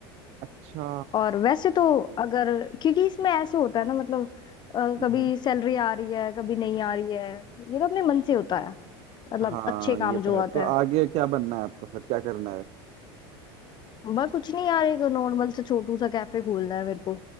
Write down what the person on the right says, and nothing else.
अच्छा
हाँ
हाँ,
ये तो
है
तो आगे
क्या बनना है आपको फिर क्या करना है